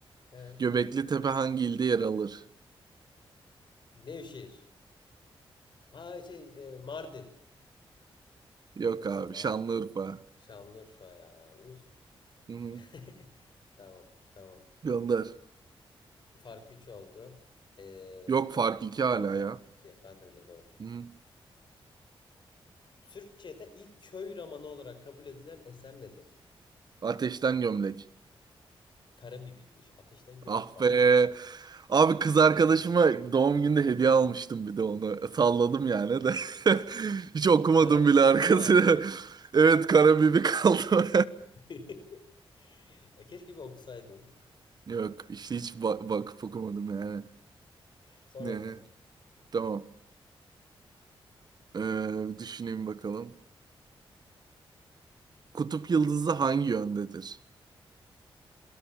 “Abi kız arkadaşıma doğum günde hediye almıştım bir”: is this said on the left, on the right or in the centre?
Right